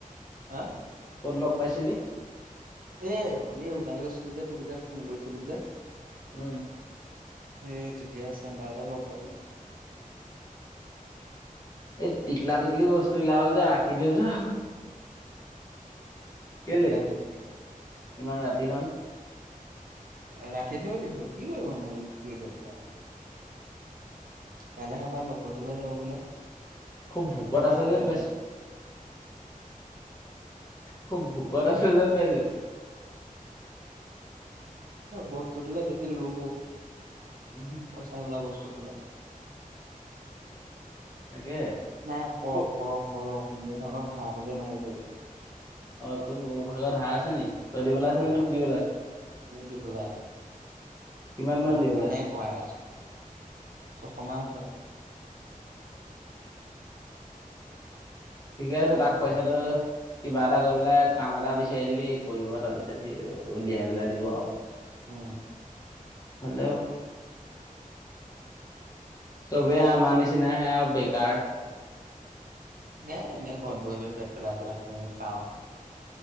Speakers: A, on the right; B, on the left.
A: হা।
B: ক'ত লগ পাইছিলি
A: এ উঠনি ওলাই গৈছিলোঁ যে তোৰ যে ফোন কৰিছিলোঁ যে।
B: উম
A: এই তেতিয়া চেম্বাবাৰতে লগ পালোঁ।
B: এই টিকলা টিকলি বস্তুবিলাক যে ৰাখি। <unintelligible>
A: টিকলাটোক
B: কেলে ইমান ৰাতিখন।
A: ৰাখি থৈ দিছোঁ কি কৰিবনো <unintelligible> কাইলৈ এবাৰ লগ কৰিবলৈ যাব বোলে।
B: খুব ভোকত
A: নালাগে
B: আছে যেন
A: খবৰ
B: পাইছোঁ। খুব ভোকত আছে যেন পাইছোঁ।
A: বস্তুটোলে দেখি লোভ ও।
B: উম হু <unintelligible>
A: পইচা বিলাক বস্তুটো
B: তাকে
A: নাই কৰক,
B: খুব
A: কৰক, কৰক মোৰ ভাগৰ ধাৰটোকে মাৰিব পাৰিব।
B: অ', তোৰ ভাগৰ ধাৰ আছে নি তই দিবলে আছে
A: অ
B: নে তোক দিবলে আছে।
A: মোক দিবলৈ আছে
B: কিমান মান
A: মই
B: দি
A: সেইকাৰণে
B: পেলাই আছে
A: কৈ আছো চখৰ মান আছে <unintelligible>
B: ঠিকে আছে তাক
A: সেইকাৰণে
B: পইচাটো কিবা এটা কৰি পেলাই কাম এটা বিচাৰি দিবি কৰিব তাৰপিছত সি উলিয়াই পেলাই দিব আৰু।
A: উম।
B: হেল্ল'। চবে আমাৰ নিচিনাহে আৰু বেকাৰ।
A: এ এনেই ঘৰত বহি, বহি পেট পেলাই, পেলাই শু খাও।